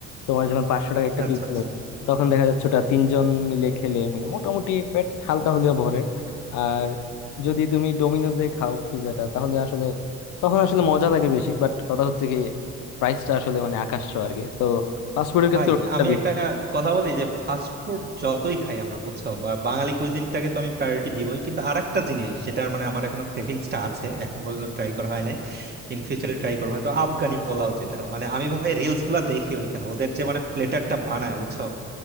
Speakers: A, on the left; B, on the right.
A: তোমার যখন পাঁচশো টাকা একটা
B: আচ্ছা
A: পিৎজা
B: আচ্ছা
A: তখন দেখা যাচ্ছে ওটা তিনজন মিলে খেলে মানে মোটামুটি পেট হালকা হলেও ভরে আর যদি তুমি ডোমিনোজে খাও পিৎজাটা তাহলে আসলে তখন আসলে মজা লাগে বেশি বাট কথা হচ্ছে কি প্রাইসটা আসলে মানে আকাশ ছোঁয়া আর কি তো ফাস্টফুডের ক্ষেত্রে
B: ভাই
A: ওটা একটা
B: আমি
A: বিষয়
B: একটা কথা বলি যে ফাস্ট ফুড যতই খাই আমরা বুঝছো বা বাঙালি কুইজিনটাকে তো আমি প্রায়োরিটি দিবই কিন্তু আরেকটা জিনিস যেটা মানে আমার এখনো ক্রেভিংসটা আছে এখন পর্যন্ত ট্রাই করা হয় নাই ইন ফিউচারে ট্রাই করবো হয়তো আফগানি পোলাও যেটা মানে আমি ভাই রিলস গুলা দেখি ওইখানে ওদের যে মানে প্লেটারটা বানায় বুঝছো